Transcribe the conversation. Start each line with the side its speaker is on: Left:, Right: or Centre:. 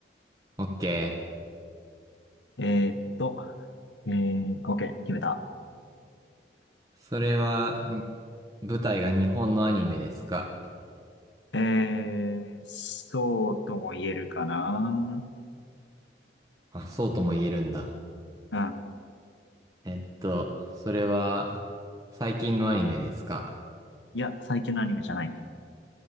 Right: オッケ
Left: えーっと、えー、OK、決めた。
Right: ー。それは、ん舞台が日本のアニメですか
Left: えー、そうとも言えるかな。
Right: あ、そうとも言えるんだ。
Left: うん。
Right: えっと、それは、最近のアニメですか
Left: いや、最近のアニメじゃないね。